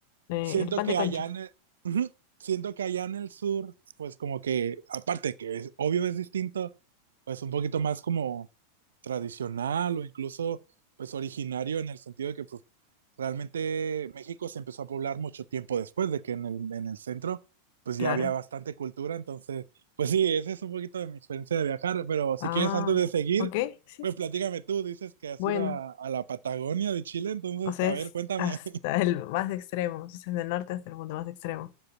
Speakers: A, on the left; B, on the right.
A: eh,
B: Siento
A: el pan
B: que
A: de concha,
B: allá en el, uh -huh, siento que allá en el sur, pues como que, aparte que es, obvio es distinto, pues un poquito más como tradicional o incluso pues originario en el sentido de que pues, realmente México se empezó a poblar mucho tiempo después de que en el, en el centro pues
A: claro.
B: ya había bastante cultura, entonces pues sí, ese es un poquito de mi experiencia de viajar, pero si
A: Ah,
B: quieres antes de seguir,
A: ok, sí.
B: pues platícame tú, dices que has
A: Bueno,
B: ido a, a la Patagonia de Chile, entonces
A: o sea,
B: a
A: es
B: ver, cuéntame.
A: hasta el más extremo, o sea, desde el norte hasta el mundo más extremo.